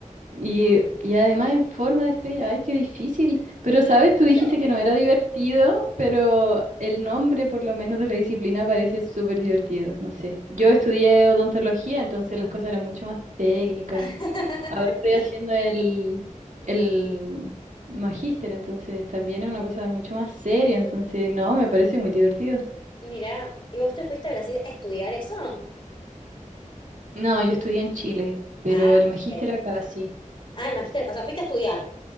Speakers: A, on the right (about 75°); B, on the left (about 40°).
A: Y, y además en forma de estrella, ay, qué difícil. Pero, ¿sabes? Tú dijiste
B: Yo.
A: que no era divertido, pero el nombre por lo menos de la disciplina parece súper divertido, no sé. Yo estudié odontología, entonces las cosas eran mucho más técnicas.
B: <laughs>
A: Ahora estoy haciendo el, el magíster, entonces también es una cosa mucho más seria, entonces no, me parece muy divertido.
B: Mira, ¿y vos te fuiste a Brasil a estudiar eso?
A: No, yo estudié en Chile, pero
B: Ah,
A: el magíster
B: ok.
A: acá sí.
B: Ah, el magisterio. O sea, fuiste a estudiar,